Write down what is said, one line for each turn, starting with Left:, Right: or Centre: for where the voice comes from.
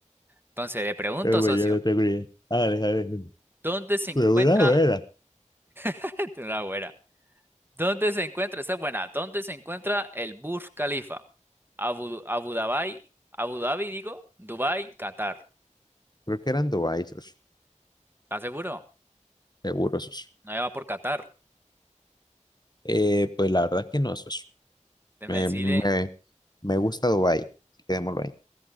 Right: Entonces, le pregunto,
Left: Pero bueno,
Right: socio,
Left: yo no tengo ni idea. Hágale, hágale.
Right: ¿dónde se encuentra
Left: De una buena.
Right: <laughs> Esta es una buena. ¿Dónde se encuentra? Esta es buena. ¿Dónde se encuentra el Burj Khalifa? Abu, Abu Dhabi, Abu Dhabi, digo, Dubai, Qatar.
Left: Creo que eran Dubai, socio.
Right: ¿Estás seguro?
Left: Seguro, socio.
Right: No va por Qatar.
Left: Eh, pues la verdad es que no, socio.
Right: Déjeme
Left: Me,
Right: decirle,
Left: me, me gusta Dubai. Quedémoslo ahí.